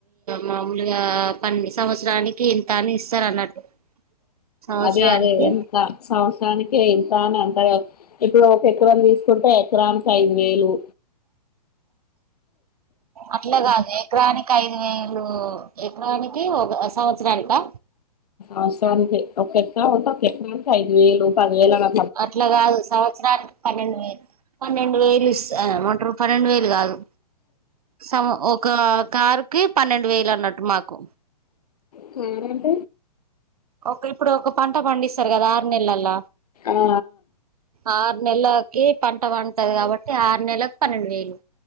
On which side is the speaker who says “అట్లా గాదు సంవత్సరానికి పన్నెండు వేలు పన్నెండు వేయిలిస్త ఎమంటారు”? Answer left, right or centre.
Right